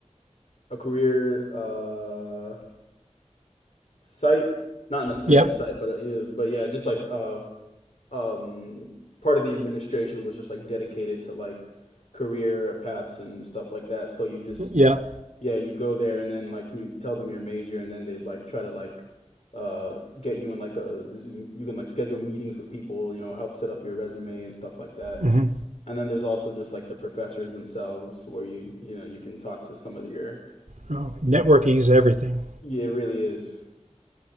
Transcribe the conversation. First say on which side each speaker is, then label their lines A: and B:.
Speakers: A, on the left; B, on the right.
A: a career uh site, not necessarily
B: Yep,
A: site, but uh, yeah, but yeah, just like uh um part of the administration was just like dedicated to like career paths and stuff like that. So you just
B: yeah.
A: yeah, you'd go there and then like you tell them your major and then they'd like try to like uh get you in like a Zoom- you can like schedule meetings with people, you know, help set up your resume and stuff like that.
B: Mm-hmm.
A: And then there's also just like the professors themselves where you, you know, you can talk to some of your
B: Oh, networking is everything.
A: yeah, it really is.